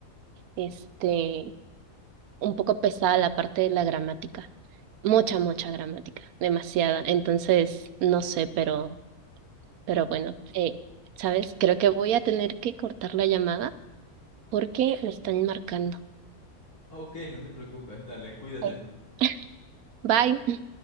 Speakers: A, on the right; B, on the left.
A: este, un poco pesada la parte de la gramática. Mucha, mucha gramática, demasiada. Entonces, no sé, pero, pero bueno, eh, ¿sabes? Creo que voy a tener que cortar la llamada porque me están marcando.
B: Ok, no te preocupes, dale, cuídate.
A: Bye. <laughs> Bye.